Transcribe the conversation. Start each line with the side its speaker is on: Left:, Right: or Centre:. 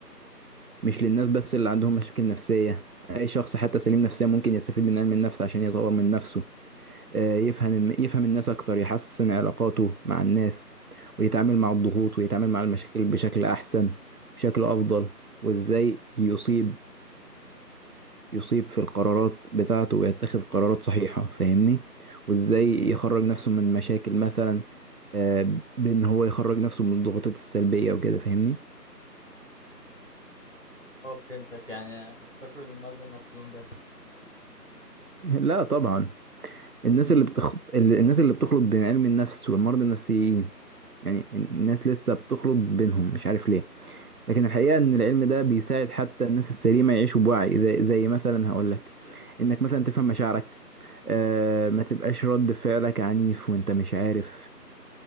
Right: مش للناس بس اللي عندهم مشاكل نفسية اي شخص حتى سليم نفسيا ممكن يستفيد من علم النفس عشان يطور من نفسه آه، يفهم يفهم الناس اكتر يحسن علاقاته مع الناس ويتعامل مع الضغوط ويتعامل مع المشاكل بشكل احسن بشكل افضل وازاي يصيب يصيب في القرارات بتاعته ويتخذ قرارات صحيحة فاهمني وازاي يخرج نفسه من مشاكل مثلا آه، بان هو يخرج نفسه من الضغوطات السلبية وكده فاهمني
Left: أه فهمتك يعني أنا كنت فاكره للمرضى النفسيين بس
Right: لا طبعا الناس اللي بتخ... ال- الناس اللي بتخلط بين علم النفس والمرضى النفسيين يعني الناس لسه بتخلط بينهم مش عارف ليه لكن الحقيقة ان العلم ده بيساعد حتى الناس السليمة يعيشوا بوعي زي, زي مثلا هقول لك انك مثلا تفهم مشاعرك آه ما تبقاش رد فعلك عنيف وانت مش عارف